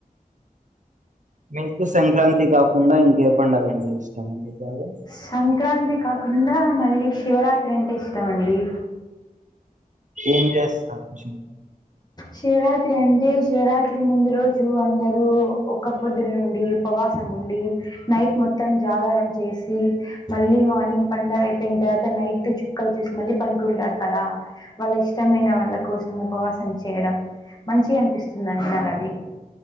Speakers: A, on the right (about 55°); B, on the left (about 30°).
A: మీకు సంక్రాంతి గా కాకుండా ఇంకే పండగ అంటే ఇష్టం అండి బాగా
B: సంక్రాంతి కాకుండా మళ్ళీ శివరాత్రి అంటే ఇష్టమ అండి
A: ఏం చేస్తష
B: శేరా రాత్రి అంటే శివరాత్రి ముందు రోజు అందరూ ఒక పొద్దులుండి ఉపవాసం ఉండి నైట్ మొత్తం జాగారం చేసి మళ్ళీ మార్నింగ్ పడుగ అయిపోయిన తర్వాత నైట్ చుక్కలు చూసి మళ్ళీ పంకుంటారు కదా వాళ్ళ ఇష్టమైన వాళ్ళ కోసం ఉపవాసం చేయడం మంచి అనిపిస్తుందండి నాకు అది